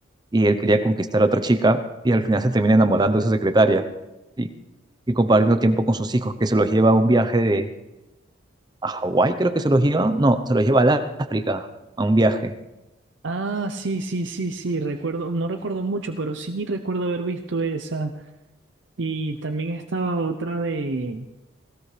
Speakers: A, on the right; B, on the right.
A: y él quería conquistar a otra chica, y al final se termina enamorando de su secretaria, y, y compartiendo tiempo con sus hijos, que se los lleva a un viaje a Hawái, creo que se los lleva. No, se los lleva al África a un viaje.
B: Ah, sí, sí, sí, sí, recuerdo, no recuerdo mucho, pero sí recuerdo haber visto esa. Y también estaba otra de,